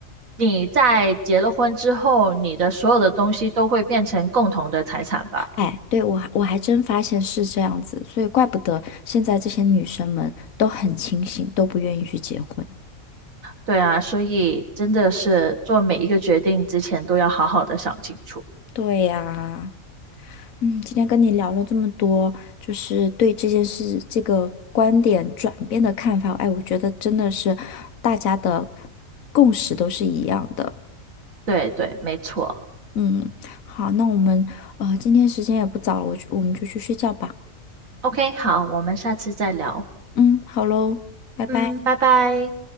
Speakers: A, on the right; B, on the left.
A: 你在结了婚之后，你的所有的东西都会变成共同的财产吧？
B: 哎，对，我还我还真发现是这样子，所以怪不得现在这些女生们都很清醒，都不愿意去结婚。
A: 对啊，所以真的是做每一个决定之前都要好好的想清楚。
B: 对呀，嗯，今天跟你聊了这么多，就是对这件事这个观点转变的看法，哎，我觉得真的是大家的共识都是一样的。
A: 对对，没错。
B: 嗯，好，那我们呃今天时间也不早了，我去我们就去睡觉吧。
A: OK，好，我们下次再聊。
B: 嗯，好喽，拜拜。
A: 嗯，拜拜。